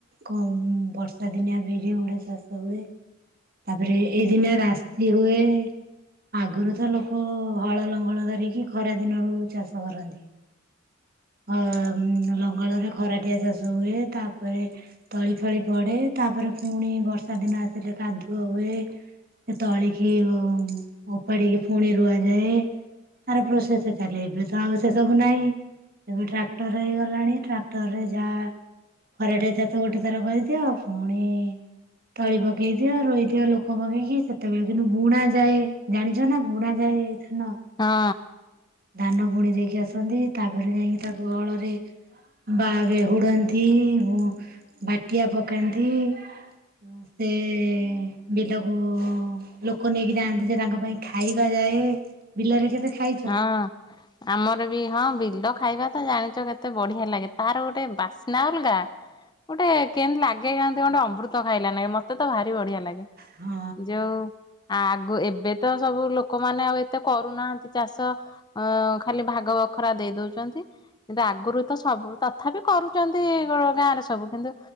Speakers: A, on the right; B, on the left.
A: କ ମ ବର୍ଷା ଦିନିଆ ବିରି ମୁଡା ଚାଷ ହୁଏ। ତାପରେ ଏ-ଏଇଦିନିଆ ରାଶି ହୁଏ ଆଗରୁ ତ ଲୋକ ହଳ ଲଙ୍ଗଳ ଧରିକି ଖରା ଦିନରୁ ଚାଷ କରନ୍ତି। ଅ ମ ଲଙ୍ଗଲରେ ଖରାଟିଆ ଚାଷ ହୁଏ ତାପରେ ତଳି ଫଳି ପଡେ ତାପରେ ପୁଣି ବର୍ଷା ଦିନ ଆସିଲେ କାଦୁଅ ହୁଏ ସେ ତଳିକି ଓମ ଓପାଡିକି ପୁଣି ରୁଆଯାଏ ତାର ପ୍ରୋସେସ ଚାଲେ ଏବେ ତ ଆଉ ସେ ସବୁ ନାଇ। ଏବେ ଟ୍ରାକ୍ଟର ହେଇଗଲାଣି ଟ୍ରାକ୍ଟର ରେ ଯାହା ଖରାଟେ ଚାଷ ଗୋଟେ ଥର କରିଦିଅ ପୁଣି ତଳି ପକେଇ ଦିଅ ରହିଥିବ ଲୋକ ପକେଇକି ସେତେବେଳେ କିନ୍ତୁ ବୁଣା ଯାଏ ଜାଣିଛ ନା ବୁଣା ଯାଏ। ଧାନ
B: ହଁ
A: ଧାନ ବୁଣି ଦେଇକି ଆସନ୍ତି ତାପରେ ଯାଇକି ତାକୁ ହଳରେ ବାରେ ହୁଡନ୍ତି ବୁ ବାଟିଆ ପକାନ୍ତି ଅ ସେ ବିଲକୁ ଲୋକ ନେଇକି ଯାଆନ୍ତି ଯେ ତାଙ୍କ ପାଇଁ ଖାଇବା ଯାଏ ବିଲରେ କେବେ ଖାଇଛ?
B: ହଁ ଆମର ବି ହଁ ବିଲ ଖାଇବା ତ ଜାଣିଛ କେତେ ବଢିଆ ଲାଗେ ତାର ଗୋଟେ ବାସ୍ନା ଅଲଗା ଗୋଟେ କେମତି ଲାଗେ କେମତି ଗଣ୍ଡ ଅମ୍ବୃତ ଖାଇଲା ନେ ମତେ ତ ଭାରି ବଢିଆ ଲାଗେ।
A: ହଁ
B: ଯୋଉ। ଆଗୁ ଏବେ ତ ସବୁ ଲୋକମାନେ ଆଉ ଏତେ କରୁନାହାନ୍ତି। ଚାଷ ଅ ଖାଲି ଭାଗ ବଖରା ଦେଇ ଦଉଚନ୍ତି କିନ୍ତୁ ଆଗରୁ ତ ସବୁ ତଥାପି କରୁଚନ୍ତି ଅ ଗାଁରେ ସବୁ କିନ୍ତୁ